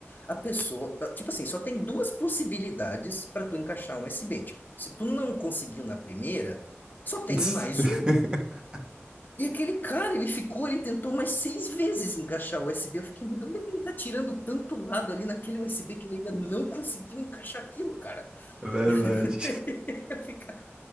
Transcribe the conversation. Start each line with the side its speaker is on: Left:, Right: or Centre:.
Left: a pessoa. ah, Tipo assim, só tem duas possibilidades para tu encaixar um SB. Tipo, se tu não conseguiu na primeira, só tem
Right: <laughs>
Left: mais uma. E aquele cara, ele ficou, ele tentou mais seis vezes encaixar o USB. Eu fiquei, mas de onde é que ele tá tirando tanto lado ali naquele USB que ele ainda não conseguiu encaixar aquilo, cara?
Right: É verdade.
Left: <laughs> Eu fica-